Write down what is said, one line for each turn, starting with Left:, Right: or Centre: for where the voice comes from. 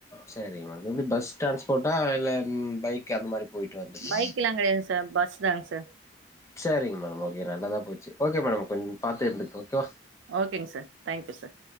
Left: சேரிங் மேடம் எப்டி பஸ் டிரான்ஸ்போர்ட்டா இல்ல பைக் அந்த மாரி போயிட்டு வந்துட்டு
Right: பைக்கில்லா கிடையாதுங்க சார் பஸ் தாங்க சார்
Left: சேரிங்க மேடம் ஓகே நல்லதா போச்சு ஓகே மேடம் கொஞ்சோ பாத்தே இருந்துக்கங்க ஓகேவா
Right: ஓகேங்க சார் தேங்க்யூ சார்